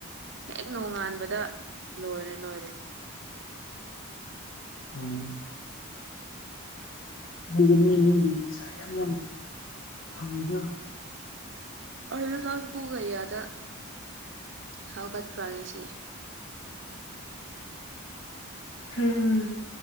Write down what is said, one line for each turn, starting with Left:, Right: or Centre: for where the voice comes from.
Right: ꯍꯦꯛ ꯅꯣꯡꯉꯥꯟꯕꯗ ꯂꯣꯏꯔꯦ ꯂꯣꯏꯔꯦ
Left: ꯎꯝ ꯑꯗꯨꯒꯒꯤꯅꯦ ꯃꯤꯗꯤ ꯄꯩꯁꯥ ꯌꯥꯝ ꯌꯥꯝ ꯐꯪꯉꯗꯣ
Right: ꯑꯗꯨ ꯂ ꯄꯒꯗ ꯍꯥꯎꯀꯠ ꯄ꯭ꯔꯣ ꯉꯥꯁꯤ
Left: ꯍꯝ